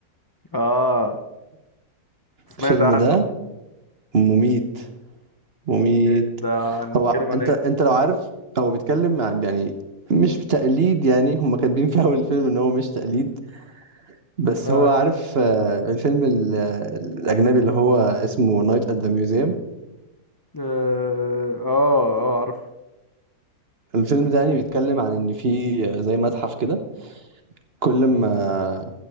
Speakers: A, on the left; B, on the right.
A: اه سمعت
B: الفيلم
A: عنه
B: ده مميت مميت
A: إيه ده هنتكلم
B: هو
A: عن
B: انت
A: ايه
B: انت لو عارف هو بيتكلم عن- يعني مش تقليد يعني هم كاتبين <laughs> في اول الفيلم ان هو مش تقليد بس
A: اه
B: هو عارف آه، الفيلم ال- آه، الاجنبي اللي هو اسمه نايت ات ذا ميوزيوم
A: اه اه عارف
B: الفيلم ده يعني بيتكلم عن ان في زي متحف كده كل ما